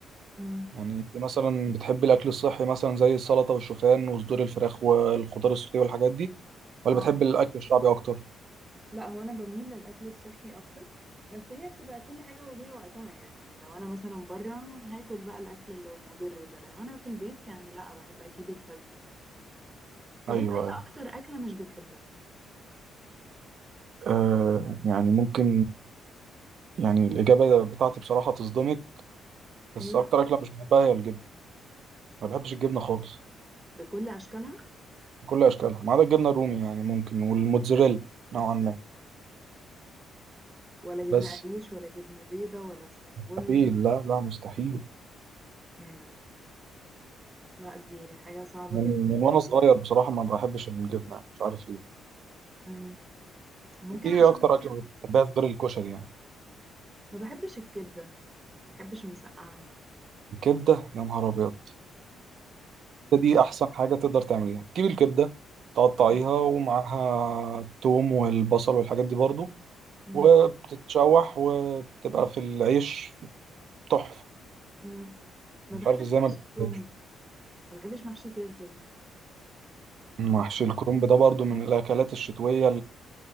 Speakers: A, on the right (about 15°); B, on the right (about 65°).
A: امم
B: يعني انت مثلا بتحبي الاكل الصحي مثلا زي السلطه والشوفان وصدور الفراخ والخضار السوتيه والحاجات دي ولا
A: اه
B: بتحبي
A: انا
B: الاكل الشعبي اكتر
A: لا هو انا بميل للاكل الصحي اكتر بس هي بتبقى كل حاجة وليها وقتها يعني لو انا مثلا بره هاكل بقى الاكل اللي هو مضر ده لو انا في البيت يعني لا بحب اكيب ات هيلثي يعني طب
B: ايوه
A: انت ايه
B: أيوة.
A: اكتر اكلة مش بتحبها
B: آه يعني ممكن يعني الاجابه بتاعتي بصراحه تصدمك بس
A: ايوه
B: اكتر اكله مش بحبها هي الجبنه ما بحبش الجبنه خالص
A: بكل اشكالها
B: كل اشكالها ما عدا الجبنه الرومي يعني ممكن والموتزاريلا نوعا ما
A: ولا جبنة
B: بس
A: قريش ولا جبنة بيضة ولا اسطنبولي
B: مستحيل
A: ولا...
B: لا لا مستحيل
A: مم. لا دي حاجة صعبة
B: من,
A: جدا
B: من وانا صغير بصراحه ما بحبش الجبنه يعني مش عارف ليه
A: مم. ممكن
B: انت ايه
A: عشان
B: اكتر
A: فيها
B: اكله بتحبها غير الكشري يعني
A: ما بحبش الكبدة ما بحبش المسقعة
B: الكبده يا نهار ابيض ده دي احسن حاجه تقدر تعمليها بتجيب الكبده تقطعيها
A: مم.
B: ومعاها الثوم والبصل والحاجات دي برضو
A: مم.
B: وبتتشوح وبتبقى في العيش تحفه
A: مم. ما
B: مش
A: بحبش
B: عارف ازاي
A: محشي
B: ما بتحبهاش
A: كرنب ما بحبش محشي فلفل مم.
B: محشي الكرنب ده برضو من الاكلات الشتويه